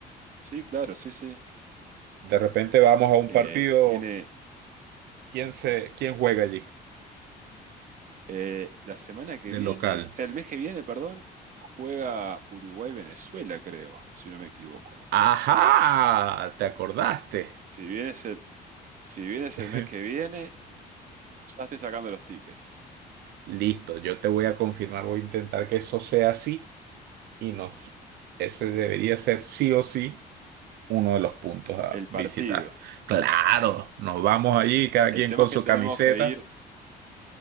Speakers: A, on the right (about 50°); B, on the right (about 75°).
A: Sí, claro, sí, sí.
B: De repente vamos a un
A: Eh,
B: partido.
A: tiene
B: ¿Quién se, quién juega allí?
A: eh, la semana que
B: de
A: viene,
B: local.
A: el mes que viene, perdón, juega Uruguay-Venezuela, creo, si no me equivoco.
B: ¡Ajá! ¿Te acordaste?
A: Si bien es el, si bien es
B: <laughs>
A: el mes que viene, ya estoy sacando los tickets.
B: Listo, yo te voy a confirmar, voy a intentar que eso sea así y nos, ese debería ser sí o sí uno de los puntos a
A: El
B: visitar.
A: partido.
B: Claro, nos vamos allí, cada
A: El
B: quien
A: tema
B: con
A: es
B: su
A: que tenemos
B: camiseta,
A: que ir,